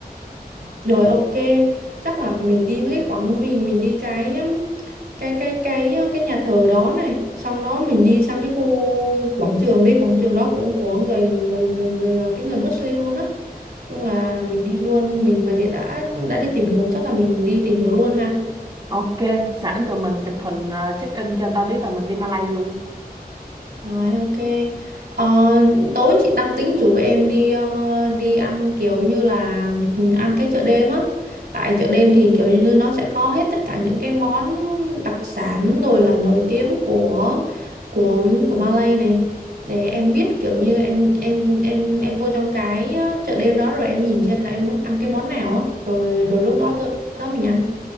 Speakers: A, on the right; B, on the right.
A: Rồi ok, chắc là mình đi mấy cái khoảng mình mình đi cái um, cái cái cái uh, cái nhà thờ đó này, xong đó mình đi sang cái khu quảng trường đi, quảng trường đó cũng của người người người, người uh, cái người Muslim luôn á. Chung là mình đi luôn, mình mà đi- đã đã đi tìm hiểu chắc là mình đi tìm hiểu luôn ha.
B: ok sẵn tụi mình chụp hình ờ, check in cho người ta biết là mình đi Malay luôn
A: Rồi ok. Ờ, tối chị đang tính rủ em đi ờ, đi ăn kiểu như là ừ, ăn cái chợ đêm á. Tại chợ đêm thì kiểu như nó sẽ có hết tất cả những cái món đặc sản rồi là nổi tiếng của của của Malay này để em biết kiểu như em em em em vô trong cái ờ, chợ đêm đó rồi em nhìn xem là em muốn ăn cái món nào á, rồi rồi lúc đó tới đó mình ăn.